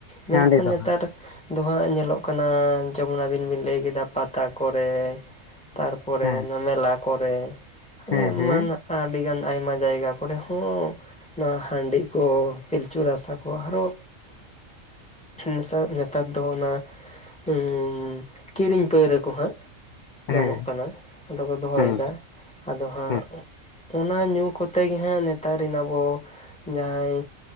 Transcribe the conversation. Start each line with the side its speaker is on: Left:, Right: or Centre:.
Centre: ᱢᱮᱱ
Left: ᱦᱟᱺᱰᱤ
Centre: ᱠᱷᱟᱱ
Left: ᱫᱚ
Centre: ᱱᱮᱛᱟᱨ
Left: ᱦᱟᱸᱜ
Centre: ᱫᱚ ᱦᱟᱸᱜ ᱧᱮᱞᱚᱜ ᱠᱟᱱᱟ ᱡᱮᱢᱚᱱ ᱟᱹᱵᱤᱱ ᱵᱤᱱ ᱞᱟᱹᱭ ᱠᱮᱫᱟ ᱯᱟᱛᱟ ᱠᱚᱨᱮ ᱛᱟᱨᱯᱚᱨᱮ
Left: ᱦᱮᱸ
Centre: ᱚᱱᱟ ᱢᱮᱞᱟ ᱠᱚᱨᱮ,
Left: ᱦᱮᱸ
Centre: ᱮᱢᱟᱱ ᱟᱹᱰᱤ ᱜᱟᱱ ᱟᱭᱢᱟ ᱡᱟᱭᱜᱟ ᱠᱚᱨᱮ ᱦᱚᱸ ᱱᱚᱣᱟ ᱦᱟᱺᱰᱤ ᱠᱚ ᱯᱤᱞᱪᱩ ᱨᱟᱥᱟ ᱠᱚ ᱟᱨᱚ ᱱᱮᱥᱟ ᱱᱮᱛᱟᱨ ᱫᱚ ᱚᱱᱟ ᱦᱩᱸᱻ ᱠᱤᱨᱤᱧ ᱯᱟᱹᱣᱨᱟᱹ ᱠᱚ ᱦᱟᱸᱜ
Left: ᱦᱮᱸ
Centre: ᱧᱟᱢᱚᱜ ᱠᱟᱱᱟ᱾ ᱟᱫᱚ ᱠᱚ ᱫᱚᱦᱚᱭᱫᱟ
Left: ᱦᱮᱸ ᱦᱮᱸ
Centre: ᱟᱫᱚ ᱦᱟᱸᱜ
Left: ᱦᱮᱸ
Centre: ᱚᱱᱟ ᱧᱩ ᱠᱚᱛᱮ ᱜᱮ ᱦᱟᱸᱜ ᱱᱮᱛᱟᱨ ᱨᱮᱱ ᱟᱵᱚ ᱡᱟᱦᱟᱸᱭ